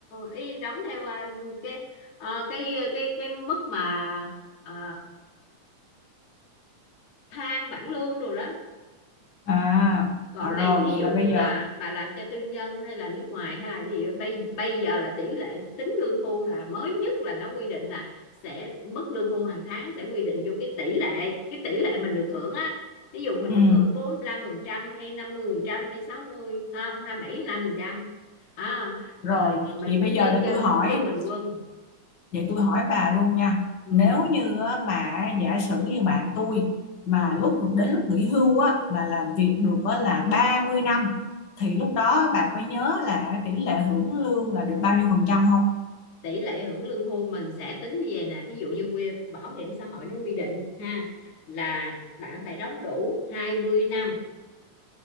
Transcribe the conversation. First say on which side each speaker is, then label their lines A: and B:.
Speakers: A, on the left; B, on the left.
A: y đóng theo ờ, cái ờ, cái cái cái mức mà ờ, thang bảng lương đồ đó
B: à
A: còn
B: à, rồi
A: này thí
B: vậy
A: dụ
B: là
A: như
B: bây giờ
A: là bà làm cho tư nhân hay là nước ngoài hay là gì bây bây giờ là tỷ lệ tính lương hưu là mới nhất là nó quy định là sẽ mức lương hưu hàng tháng sẽ quy định vô cái tỷ lệ cái tỷ lệ mình được hưởng á ví dụ mình
B: ừ,
A: được hưởng 45 phần trăm hay 50 phần trăm hay sáu mươi không 27 5 phần trăm à,
B: rồi
A: rồi mình
B: vậy
A: mới
B: bây
A: nhân
B: giờ để
A: cho
B: tôi hỏi
A: mức lương bình quân
B: Vậy tôi hỏi bà luôn nha,
A: ừ,
B: nếu như á, mà giả sử như bạn tôi mà
A: ừ.
B: lúc đến lúc nghỉ hưu á mà làm việc được á là 30 năm thì lúc đó bà có nhớ là cái tỷ lệ hưởng lương là được bao nhiêu phần trăm không?
A: tỷ lệ hưởng lương hưu mình sẽ tính như vậy nè thí dụ như quy, bảo hiểm xã hội nó quy định ha là bạn phải đóng đủ 20 năm